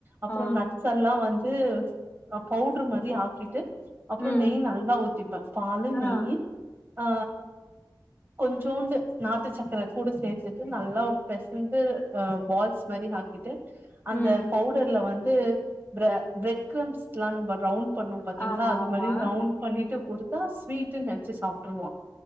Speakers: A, on the right; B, on the left.
A: அப்ரொ
B: ஆ
A: நட்ஸ்சல்லா வந்து பவுட்ரு மாரி ஆக்கிட்டு அப்ற
B: ம்.
A: நெய் நல்லா ஊத்திப்ப பாலு நெய்யி
B: ஆ.
A: ஆ கொஞ்சோண்டு நாட்டு சக்கர கூட சேர்த்துட்டு நல்லா பெசந்து ஆ பால் ஸ்வதி ஆக்கிட்டு அந்த
B: ம்.
A: பவுடர்ல வந்து பிர ப்ரட் க்ரம்ஸ்லா நம்ம ரவுண்ட் பண்ணுவோ பாத்தீங்ளா
B: ஆமா,
A: அது
B: ஆமா.
A: மாரி ரவுண்ட் பண்ணிட்டு குடுத்தா ஸ்வீட்டுன் நெனச்சு சாப்ட்டுருவா